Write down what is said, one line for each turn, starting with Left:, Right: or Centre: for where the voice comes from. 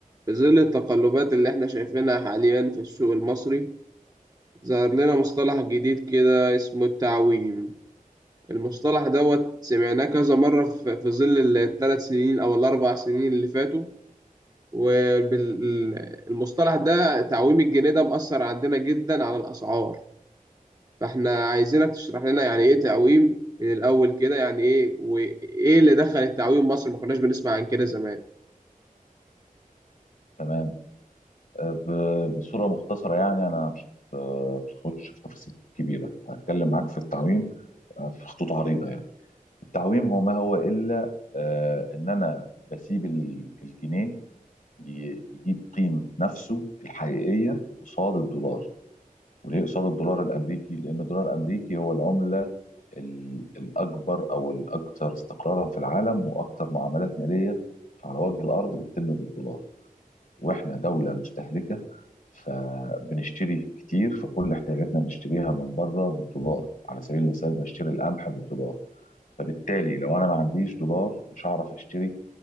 Right: في ظل التقلبات اللي احنا شايفينها حاليا في السوق المصري ظهر لنا مصطلح جديد كده اسمه التعويم المصطلح دوت سمعناه كذا مرة في في ظل الثلاث سنين أو الأربع سنين اللي فاتوا والمصطلح ده تعويم الجنيه ده مأثر عندنا جدا على الأسعار فاحنا عايزينك تشرح لنا يعني إيه تعويم من الأول كده يعني إيه وإيه اللي دخل التعويم مصر ما كناش بنسمع عن كده زمان
Left: تمام آه، ب- بصورة مختصرة يعني أنا مش آه، مش هخش في تفاصيل كبيرة هتكلم معاك في التعويم آه، في خطوط عريضة يعني التعويم هو ما هو إلا آه، إن أنا بسيب ال- الجنيه ي- يجيب قيمة نفسه الحقيقية قصاد الدولار وليه قصاد الدولار الأمريكي لأن الدولار الأمريكي هو العملة ال- الأكبر أو الأكثر استقرارا في العالم وأكثر معاملات مالية على وجه الأرض بتتم بالدولار واحنا دولة مستهلكة فبنشتري كتير فكل احتياجاتنا بنشتريها من بره بالدولار على سبيل المثال بنشتري القمح بالدولار فبالتالي لو انا ما عنديش دولار مش هعرف اشتري